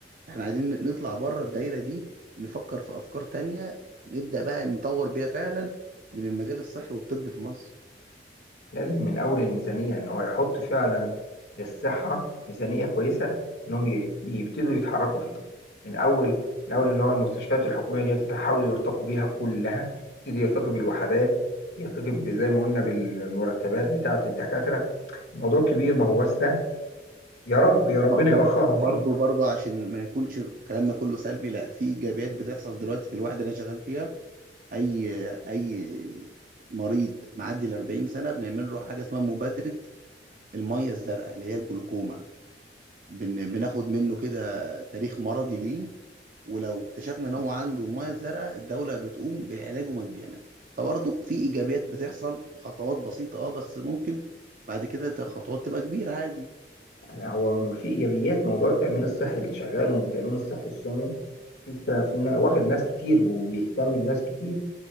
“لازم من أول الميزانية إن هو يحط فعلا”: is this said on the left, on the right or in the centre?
Left